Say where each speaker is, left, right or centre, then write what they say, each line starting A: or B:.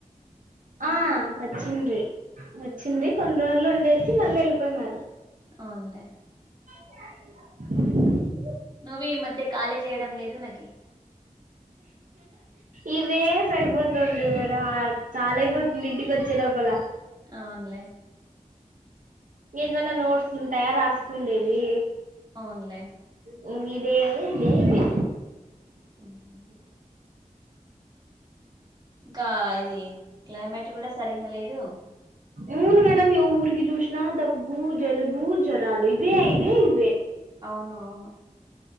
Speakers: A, on the right (about 75°); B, on the right (about 30°).
A: ఆ వచ్చిండ్రి వచ్చింది కొన్ని రోలు వుండేసి మళ్ళీ వెళ్ళిపోయినారు
B: అవునులే
A: <inaudible>
B: నువ్వు ఈ మధ్య ఖాళీ జేయడం లేదు నాకి
A: ఇవే అయిపోతుంది మేడం చాలా అయిపోతుంది ఇంటికి వచ్చే లోపల
B: అవున్లే
A: ఏదన్నా నోట్స్లు ఉంటాయా రాస్కుండేవి
B: అవున్లే
A: వంగిదే ఎమ్దయింది.
B: మ్ హు కా ఇది క్లైమేట్ కూడా సరింగా లేదు
A: అవును మేడమ్ ఎవ్వురికి చూసిన దగ్గు జలుబు జ్వరాలు ఇవే ఇవే ఇవే
B: అవునవును